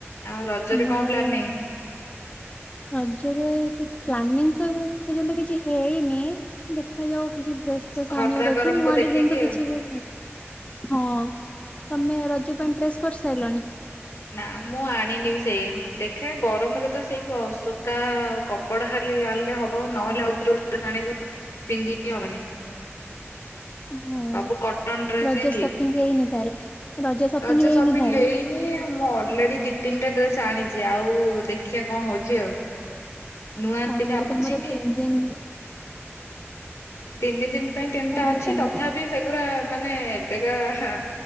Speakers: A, on the left; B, on the left.
A: ଆଉ ରଜରେ
B: ଆମ
A: କଁ
B: ଘରେ
A: ପ୍ଲାନିଂ?
B: ରଜରେ କିଛ ପ୍ଲାନିଂ ତ ଏ ପର୍ଯ୍ୟନ୍ତ କିଛି ହେଇନି, ଦେଖାଯାଉ। କିଛି ଡ୍ରେସ ଫ୍ରେସ
A: ଖରା
B: ଆଣିଆର ଅଛି
A: ଗରମକୁ
B: ନୂଆ
A: ଦେଖିକି
B: ଡିଜାଇନ ତ କିଛିବି
A: ଆଉ।
B: ହଁ। ତମେ ରଜ ପାଇଁ ଡ୍ରେସ କର ସାଇଲଣି?
A: ନା, ମୁଁ ଆଣିନି ବି ସେଇଆ। ଦେଖେ ଗରମରେ ତ ସେଇ କ ସୂତା କପଡା ଖାଲି ଆଣିଲେ ହବ ନହେଲେ ଆଉ ଯୋଉ ଡ୍ରେସ ଆ ଆଣିବ ପିନ୍ଧି ହିଁ ହବନି।
B: ହଁ
A: ସବୁ କଟନ ଡ୍ରେସ
B: ରଜ
A: ହିଁ ଠିକ।
B: ସପିଙ୍ଗ ହେଇନି ତାହେଲେ? ସପିଙ୍ଗ
A: ରଜ
B: ହେଇନି
A: ସପିଙ୍ଗ
B: ତାହେଲେ?
A: ହେଇନି ମୁଁ ଅଲରେଡି ଦି ତିନଟା ଡ୍ରେସ ଆଣି ଚି। ଆଉ ଦେଖିଆ କଁ ହଉଚି ଆଉ। ନୂଆ ଦି
B: ତାହେଲେ
A: ତିନଟା
B: ତମର
A: ଅଛି।
B: ତିନି ଦିନ
A: ତିନି ଦିନ ପାଇଁ ତିନିଟା
B: ତାହେଲେ
A: ଅଛି
B: ତମେ
A: ତଥାପି ସେଗୁରା ମା ନେ ଏବେକା ହାଁ